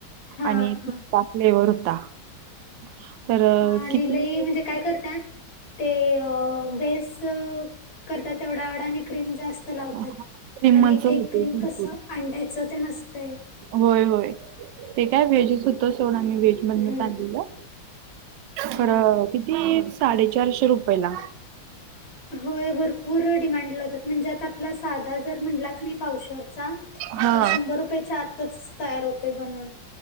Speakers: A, on the left; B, on the right.
A: हा
B: आणि
A: हा
B: पिस्ता फ्लेवर होता. <unintelligible>
A: हा आणि
B: किती
A: लई म्हणजे काय करत्यात, ते बेस -- करत्यात एवढा एवढा आणि क्रीम जास्त लावत्यात.
B: क्रीमच
A: आणि एक
B: होते
A: एक क्रीम
B: भरपूर
A: कसं अंड्याचं तेन असतंय.
B: होय, होय. ते काय व्हेजच होत सोडा मी व्हेजमधनच
A: हम्म
B: आणलेलं. खरं
A: हा हा.
B: किती साडेचारशे रुपयला.
A: होय. भरपूर डिमांड लावतात म्हणजे आता- - आपला साधा जर म्हणला कनी पावशरचा
B: हा
A: शंभर रुपय -- आतच तयार होतयं बनून